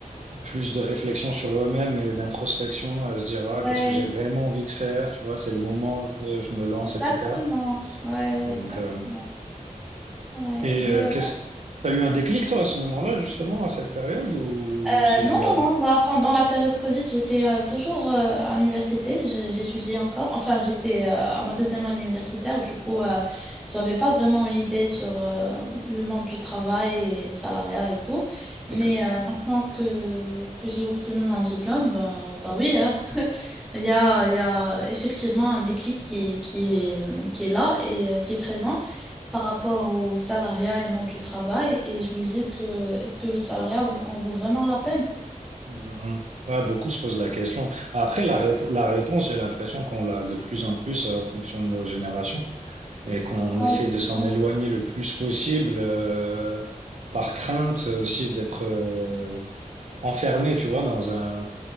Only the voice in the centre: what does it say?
Ouais,
exactement.
Ouais, ouais,
exactement.
Ouais.
Ne-
Euh,
non,
non,
non, moi, pendant la période Covid, j'étais euh, toujours euh, à l'université, je- j'étudiais encore. Enfin, j'étais euh, à ma deuxième année universitaire, du coup, euh, j'avais pas vraiment une idée sur euh, le monde du travail et le salariat et tout.
Mais euh, maintenant que, que j'ai obtenu mon diplôme, bah, bah oui, hein, il y a, il y a effectivement un déclic qui, est- qui est, qui est là et euh, qui est présent par rapport au salariat et monde du travail. Et je me dis que est-ce que le salariat en vaut vraiment la peine?
Ouais,
c'est
vrai.